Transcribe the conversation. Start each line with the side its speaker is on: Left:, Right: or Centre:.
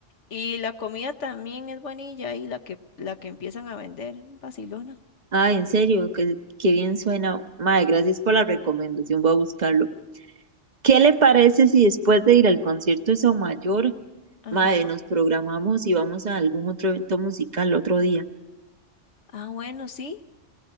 Left: Y la comida también es buenilla y la que, la que empiezan a vender, Barcelona.
Right: Ah, en serio, qué, qué bien suena. Mae, gracias por la recomendación, voy a buscarlo. ¿Qué le parece si después de ir al concierto de Mayor,
Left: Ajá.
Right: mae, nos programamos y vamos a algún otro evento musical otro día?
Left: Ah, bueno, sí.